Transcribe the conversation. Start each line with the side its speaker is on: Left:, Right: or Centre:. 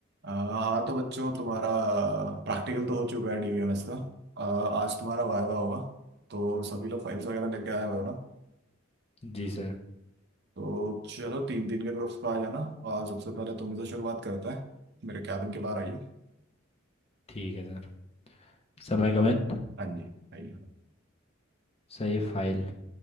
Right: अ, हाँ तो बच्चों तुम्हारा प्रैक्टिकल तो हो चुका है डीवीएमएस का अ, आज तुम्हारा वाइवा होगा तो सभी लोग फाइल्स वगैरह लेके आए हुए हो ना
Left: जी sir
Right: तो चलो तीन तीन के ग्रुप्स पर आ जाना और सबसे पहले तुम से शुरुआत करता है मेरे कैबिन के बाहर आइयो
Left: ठीक है sir समय कमेंट
Right: हाँ जी आइए
Left: सर ये फाइल